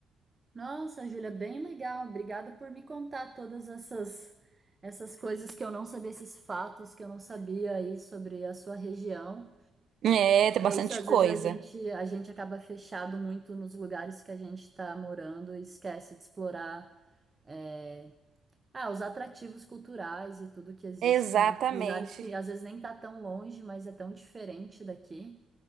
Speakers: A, on the right; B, on the right.
A: Nossa, Júlia, bem legal. Obrigada por me contar todas essas essas coisas que eu não sabia, esses fatos que eu não sabia aí sobre a sua região.
B: É, tem
A: É
B: bastante
A: isso, às
B: coisa.
A: vezes a gente a gente acaba fechado muito nos lugares que a gente está morando e esquece de explorar é, ah, os atrativos culturais e tudo que existe
B: Exatamente.
A: em lugares que às vezes nem tá tão longe, mas é tão diferente daqui.